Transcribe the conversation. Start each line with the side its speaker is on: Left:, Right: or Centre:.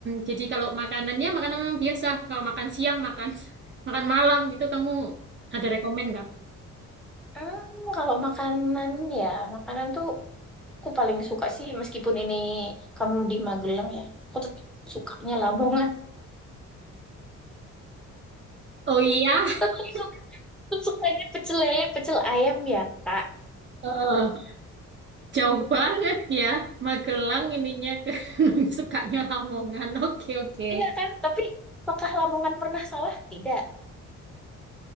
Right: Jadi kalau makanannya makanan yang biasa. Kalau makan siang, makan <laughs> makan malam itu kamu ada rekomen nggak?
Centre: Hmm, kalau makanan ya, makanan tuh aku paling suka sih meskipun ini kamu di Magelang ya. Aku tetap sukanya Lamongan.
Right: Oh iya.
Centre: <laughs>
Right: <laughs>
Centre: Tetap suka, tetap sukanya pecel lele, pecel ayam ya, Kak.
Right: Heeh. Jauh banget ya, Magelang ininya ke <laughs> sukanya Lamongan. Oke, oke.
Centre: Iya kan? Tapi apakah Lamongan pernah salah? Tidak.